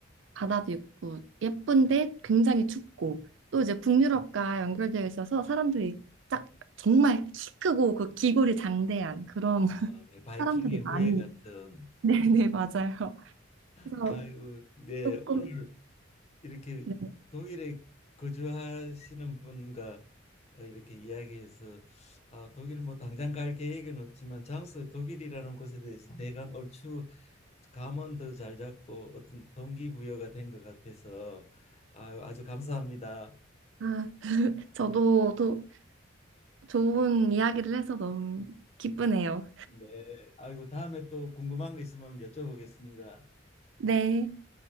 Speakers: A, on the right; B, on the left.
A: 바다도 있고 예쁜데 굉장히 춥고 또 이제 북유럽과 연결되어 있어서 사람들이 딱 정말 키 크고 그 기골이 장대한 그런
B: 아,
A: <laughs>
B: 네. 바이킹의
A: 사람들이
B: 후예
A: 많이
B: 같은.
A: <laughs> 네네 맞아요. 그래서
B: 아유, 네.
A: 조금
B: 오늘 이렇게
A: 네.
B: 독일에 거주하시는 분과 어, 이렇게 이야기해서 아, 독일 뭐 당장 갈 계획은 없지만 장소 독일이라는 곳에 대해서 대강 얼추 감언도 잘 잡고 어떤 동기부여가 된 것 같아서 아, 아주 감사합니다.
A: 아, 저도 또 좋은 이야기를 해서 너무 기쁘네요.
B: 네, 아이고 다음에 또 궁금한 거 있으면 여쭤보겠습니다.
A: 네.